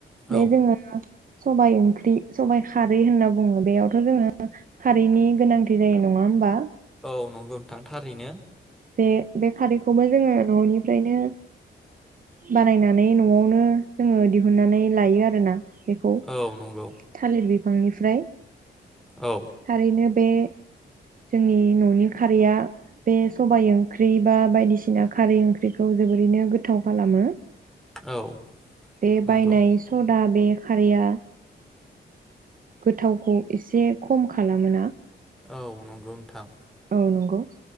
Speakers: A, on the right; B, in the centre.
A: बे
B: औ
A: जोङो सबाइ ओंख्रि सबाइ खारै होनना बुङो बेयावथ' जोङो खारैनि गोनांथि जायो नङा होमबा?
B: औ नंगौ नोंथां थारैनो
A: जे बे खारैखौबो जोङो न'निफ्रायनो बानायनानै न'आवनो जोङो दिहुननानै लायो आरो ना बेखौ
B: औ नंगौ
A: थालिर बिफांनिफ्राय
B: औ
A: थारैनो बे जोंनि न'नि खारैया बे सबायाइ ओंख्रि बा बायदिसिना खारै ओंख्रिखौ जोबोरैनो गोथाव खालामो
B: औ
A: बे
B: नंगौ
A: बायनाय सदा बे खारैया गोथावखौ एसे खम खालामोना
B: औ नंगौ नोंथां
A: औ नंगौ